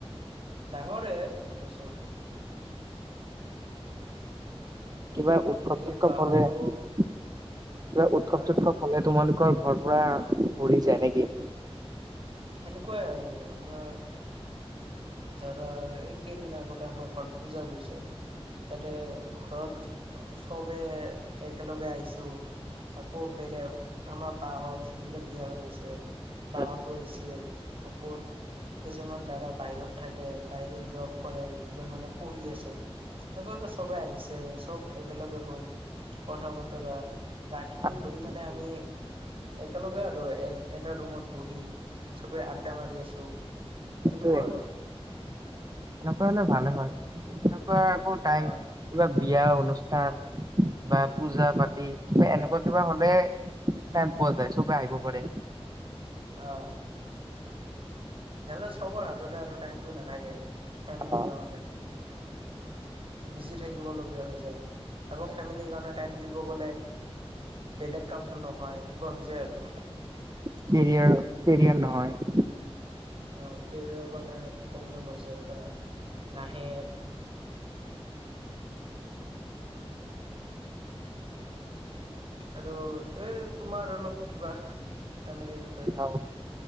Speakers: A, on the right; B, on the right.
A: ডাঙৰে অথচ
B: কিবা
A: আৰু
B: উৎসৱ-সুৎসৱ
A: বেলেগ বাহতো
B: হলে কিবা উৎসৱ-সুৎসৱ
A: হা
B: হলে তোমালোকৰ ঘৰ পোৰা ভৰি যায় নেকি
A: সেনেকুৱাই আৰু আমাৰ ধৰা এইকেইদিন আগতে আমাৰ ঘৰত পূজা গৈছে তাতে ঘৰৰ চবে একেলগে আহিছো আকৌ বেলেগ আমাৰ বাঁহত যোনবিলাক বিয়া হৈ গৈছে বাঁহতো
B: অ
A: আহিছিল আকৌ কিছুমান দাদা বাহিৰত থাকে বাহিৰত জব কৰে দুজন মানে পঢ়ি আছে এনেকুৱাকে চবে আহিছে চব একেলগে হৈ কথা বতৰা ৰাতিটো
B: আনন্দ
A: ধৰি
B: ফূৰ্তি
A: মানে আমি একেলগে আৰু এ এটা ৰুমত বহি চবে আড্ডা মাৰি আছো
B: সেইটোয়ে
A: এনেকুৱা আৰু
B: সেনেকুৱা হলে ভালে হয় সেনেকুৱা আকৌ টাইম
A: অ
B: কিবা বিয়া অনুষ্ঠান বা পূজা পাতি কিবা এনেকুৱা কিবা হলে টাইম পোৱা যায় চবে আহিব পাৰে
A: অ নহলে চবৰ হাততে আৰু টাইমটো নাথাকে ফেমিলি
B: অ',
A: কাৰণে বিজি থাকিব লগীয়া হৈ যায় আকৌ ফেমিলিৰ কাৰণে টাইম দিব গলে বেলেগ কামটো নহয় এনেকুৱা হৈ যায় আৰু
B: কেৰিয়াৰ কেৰিয়াৰ নহয়
A: অ' কেৰিয়াৰৰ কাৰণে প্ৰব্লেম হৈ যায় বা নাহে আৰু এই তোমাৰ অলপ কিবা ফেমেলিৰ বিষয়ে
B: আৰু